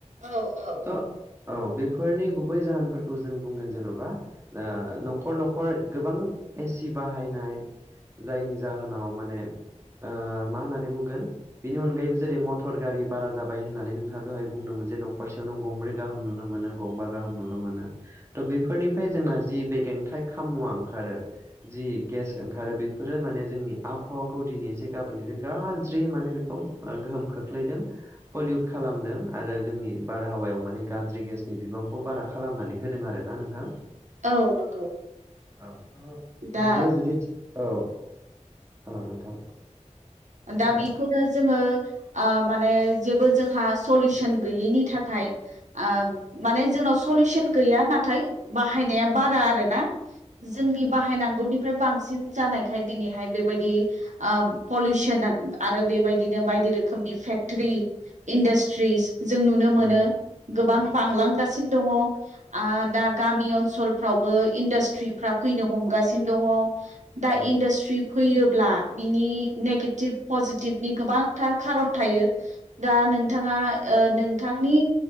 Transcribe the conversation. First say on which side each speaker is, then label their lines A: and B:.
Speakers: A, on the right; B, on the right.
A: औ औ
B: थ' औ बेफोरनि गुबै जाहोनफोरखौ जों बुंगोन जेनबा ओ नखर नखर गोबां एसि बाहायनाय जायनि जाहोनाव माने ओ मा होननानै बुंगोन बिनि अनगायैबो जेरै मटर गारि बारा जाबाय होननानै नोंथाङा दहाय बुंदोंमोन जे नखरसेयाव नों गंब्रै गाहाम नुनो मोनो गंबा गाहाम नुनो मोनो थ बेफोरनिफ्राय जोंना जि बे गेंथायाइ खामुवा ओंखारो जि केेस ओंखारो बेफोरो माने जोंनि आबहावाखौ दिनै एसे गाबोन एसे गा ज्रि माने बेखौ गोहोम खोख्लैदों पलिउट खालामदों आरो जोंनि बारहावायाव माने गाज्रि गेसनि बिबांखौ बारा खालामनानै होदों आरोना नोंथां।
A: औ नंगौ।
B: औ
A: दा
B: बियो जुदि औ औ नोंथां। बुंलाय
A: दा बिखौनो जोङो ओ माने जेबो जोंहा सलिउसन गैयैनि थाखाय ओ
B: औ
A: माने जोंनाव सलिउसन गैया नाथाय बाहायनाया बारा आरो ना। जोंनि
B: औ औ
A: बाहायनांगौनिफ्राय बांसिन जानायखाय दिनैहाय बेबायदि आ पलि आरो बेबायदिनो बायदि रोखोमनि फेक्टरि इन्डास्ट्रिस जों नुनो
B: औ
A: मोनो गोबां
B: औ
A: बांलांगासिनो दङ आ
B: औ
A: दा गामि ओनसोल फ्रा आवबो इन्डास्ट्रिफ्रा फैनो हमगासिनो दङ दा
B: औ
A: इन्डास्ट्रि फैयो ब्ला बिनि नेगेटिभ पजिटिभनि गोबांथार खारन थायो। दा नोंथाङा ओ नोंथांनि